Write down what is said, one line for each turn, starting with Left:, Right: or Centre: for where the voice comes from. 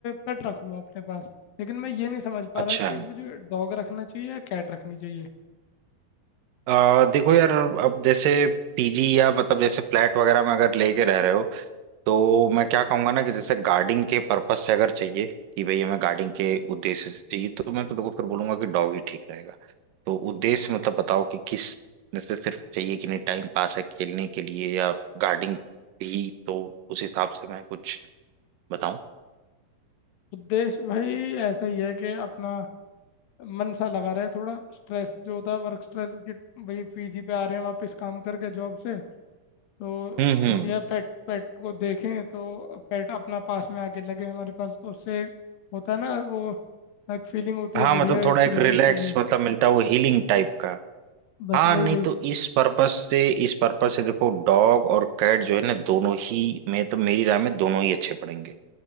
Left: पेट रख लूँ अपने पास लेकिन मैं ये नहीं समझ पा
Right: अच्छा
Left: रहा कि मुझे डॉग रखना चाहिए या कैट रखनी चाहिए
Right: अ, देखो यार अब जैसे पीजी या मतलब जैसे फ्लैट वगैरह में अगर लेके रह रहे हो तो मैं क्या कहूंगा ना कि जैसे गार्डिंग के पर्पस से अगर चाहिए कि भाई हमें गार्डिंग के उद्देश्य से चाहिए तो मैं तो देखो फिर बोलूंगा कि डॉग ही ठीक रहेगा तो उद्देश्य मतलब बताओ कि किस जैसे सिर्फ चाहिए कि नहीं टाइम पास है खेलने के लिए या गार्डिंग भी तो उस हिसाब से मैं कुछ बताऊं
Left: तो देश भाई ऐसा ही है कि अपना मन सा लगा रहे थोड़ा स्ट्रेस जो होता है वर्क स्ट्रेस कि भाई फीजी पे आ रहे हैं वापस काम करके जॉब से तो
Right: हम्म हम्म
Left: एक यह पेट पेट को देखें तो पेट अपना पास में आके लगे हमारे पास तो उससे होता है ना वो एक फीलिंग होती
Right: हाँ
Left: है
Right: मतलब
Left: बढ़िया
Right: थोड़ा
Left: एक
Right: एक
Left: रिलीफ
Right: रिलैक्स
Left: वाली
Right: मतलब मिलता है वो हीलिंग टाइप का
Left: बस
Right: हाँ
Left: वही
Right: नहीं
Left: वही
Right: तो इस पर्पस से इस पर्पस से देखो डॉग और कैट जो है ना दोनों ही में तो मेरी राय में दोनों ही अच्छे पड़ेंगे